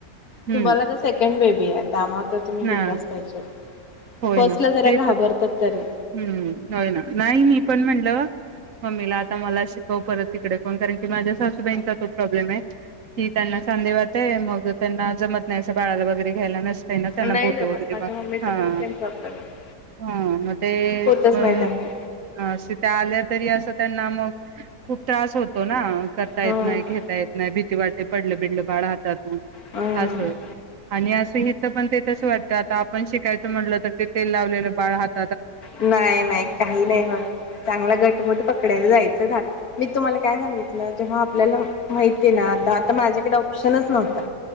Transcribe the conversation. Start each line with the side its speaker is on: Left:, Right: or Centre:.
Right: हम्म
Left: तुम्हाला तर सेकंड भेट बिहार त्यामुळे तर तुम्ही बिंदास
Right: ना
Left: पाहिजेत.
Right: होय
Left: फर्स्टला
Right: ना
Left: जरा
Right: ते
Left: घाबरतात
Right: तर
Left: तरी
Right: हम्म होय ना नाही मी पण म्हणलं मम्मीला आता मला शिकव परत तिकडं कोण करील. माझ्या सासुबाईचं तोच प्रॉब्लेमे ति त्यांना सांधिवाते मग त्यांना जमत नाही असं बाळाला वगैरे घ्यायला त्यांना
Left: नाही
Right: बोट
Left: जमत
Right: वगैरे
Left: माझ्या
Right: बा,
Left: मम्मीचा
Right: हा!
Left: पण सेम प्रॉब्लेम आहे.
Right: हा मते
Left: होतच
Right: अ
Left: नाही त्यांना
Right: तिथे आल्या तरी असं त्यांना मग खूप त्रास होतो ना करता
Left: हं
Right: येत नाही. घेता येत नाही. भीती वाटे पडलं बिडलं बाळ हा हातातुन
Left: हं
Right: असं आणि असं इथं पण तेच आता आपण शिकायचं म्हटलं तर तेल लावलेलं बाळ हात
Left: नाही-नाही काही नाही होत. चांगला घटमुट पकडायच जायचं झा. मी तुम्हाला काय सांगितलं जेव्हा आपल्याला माहिती ना आता माझ्याकडे ऑप्शनच नव्हता